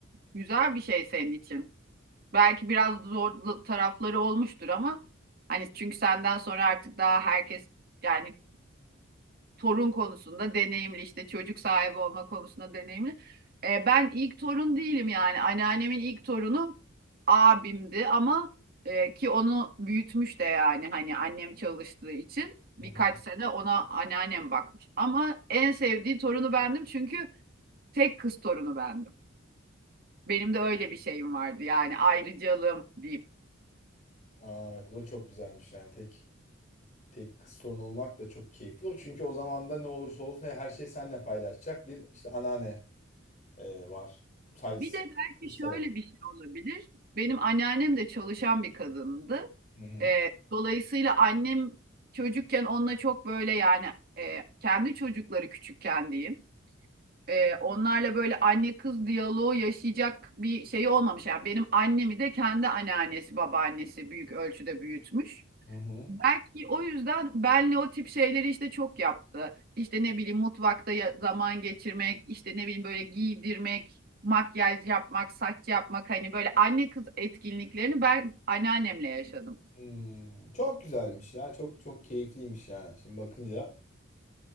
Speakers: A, on the right (about 50°); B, on the left (about 40°).
A: güzel bir şey senin için. Belki biraz zor tarafları olmuştur ama hani çünkü senden sonra artık daha herkes yani torun konusunda deneyimli işte çocuk sahibi olma konusunda deneyimli. E, ben ilk torun değilim yani anneannemin ilk torunu abimdi ama e, ki onu büyütmüş de yani hani annem çalıştığı için
B: Hı
A: birkaç
B: hı.
A: sene ona anneannem bakmış. Ama en sevdiği torunu bendim çünkü tek kız torunu bendim. Benim de öyle bir şeyim vardı yani ayrıcalığım diyeyim.
B: Aa, evet o çok güzelmiş yani tek tek kız torun olmak da çok keyifli olur. Çünkü o zaman da ne olursa olsun her şeyi seninle paylaşacak bir işte anneanne e, var. Sadece
A: Bir de belki
B: kız tarafı.
A: şöyle bir şey olabilir. Benim anneannem de çalışan bir kadındı.
B: Hı hı.
A: Ee, dolayısıyla annem çocukken onunla çok böyle yani e, kendi çocukları küçükken diyeyim. Ee, onlarla böyle anne kız diyaloğu yaşayacak bir şey olmamış. Yani benim annemi de kendi anneannesi, babaannesi büyük ölçüde büyütmüş.
B: Hı hı.
A: Belki o yüzden benle o tip şeyleri işte çok yaptı. İşte ne bileyim mutfakta ya- zaman geçirmek, işte ne bileyim böyle giydirmek, makyaj yapmak, saç yapmak hani böyle anne kız etkinliklerini ben anneannemle yaşadım.
B: Hmm, Çok güzelmiş ya. Çok çok keyifliymiş yani. Şimdi bakınca